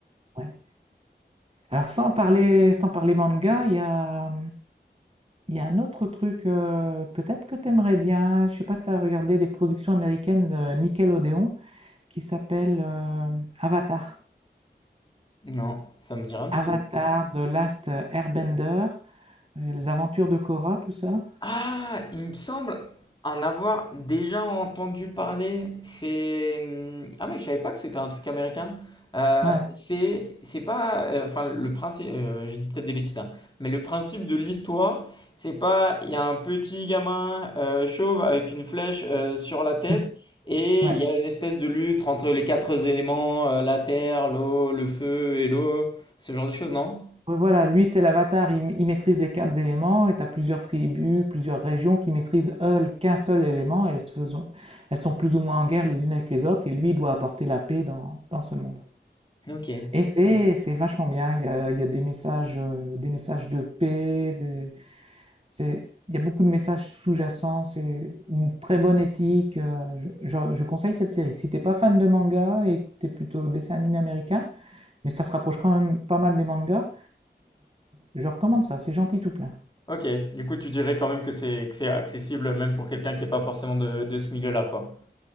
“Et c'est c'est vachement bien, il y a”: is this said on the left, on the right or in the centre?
Right